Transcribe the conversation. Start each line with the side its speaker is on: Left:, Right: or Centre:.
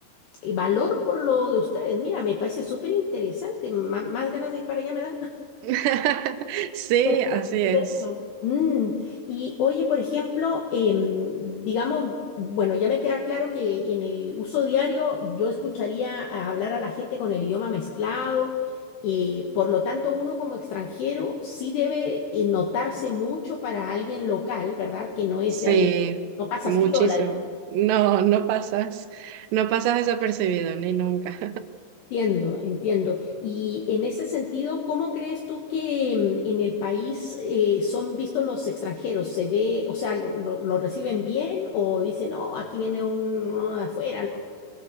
Left: valor por lo de ustedes. Mira, me parece súper interesante, ma- más ganas de ir para allá me dan.
Right: <laughs> Sí,
Left: Pues,
Right: así es.
Left: súper eso. Mm, y oye, por ejemplo, em, digamos, bueno, ya me queda claro que en el uso diario yo escucharía a hablar a la gente con el idioma mezclado, eh, por lo tanto uno como extranjero sí debe eh, notarse mucho para alguien local, ¿verdad? Que no es
Right: Sí,
Left: de ahí, no pasas
Right: muchísimo.
Left: piola.
Right: No, no pasas, no pasas desapercibido, ni nunca.
Left: Entiendo, entiendo. Y en ese sentido, ¿cómo crees tú que mm, en el país eh, son vistos los extranjeros? ¿Se ve, o sea, lo, lo- lo reciben bien o dicen, no, aquí viene uno de afuera? ¿no?